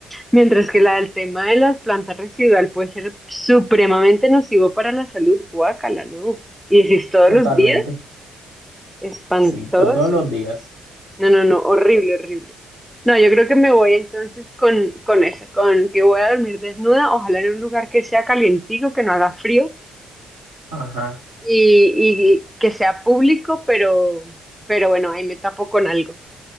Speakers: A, in the centre; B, on the right.
A: Mientras que la del tema de las plantas residual puede ser supremamente nocivo para la salud. Guácala, ¿no? Y decís todos
B: Totalmente.
A: los días, espantoso.
B: Sí, todos los días.
A: No, no, no, horrible, horrible. No, yo creo que me voy entonces con, con esa, con que voy a dormir desnuda, ojalá en un lugar que sea calientico, que no haga frío
B: Ajá.
A: y, y que sea público, pero, pero bueno, ahí me tapo con algo.